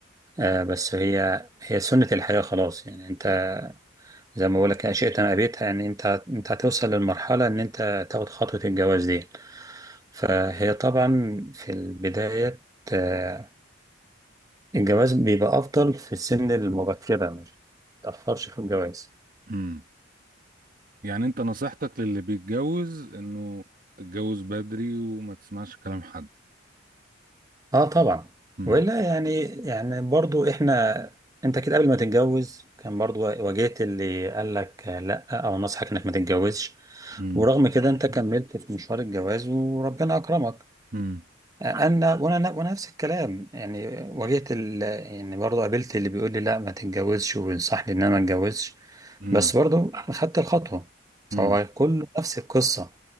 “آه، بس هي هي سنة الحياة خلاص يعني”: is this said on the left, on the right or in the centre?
Right